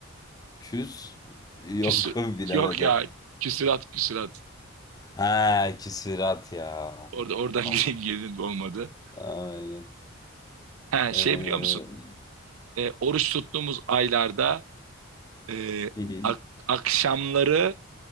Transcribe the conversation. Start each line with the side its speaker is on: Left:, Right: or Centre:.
Left: küs yok
Right: Küsü
Left: <laughs> bilemedim.
Right: yok ya. Küsürat küsürat.
Left: Ha, küsirat ya.
Right: Orada oradan
Left: Tamam.
Right: <laughs> gireyim girdin olmadı.
Left: Aynen.
Right: he
Left: Ee,
Right: şey biliyor musun? E, oruç tuttuğumuz aylarda e,
Left: hı hı.
Right: ak- akşamları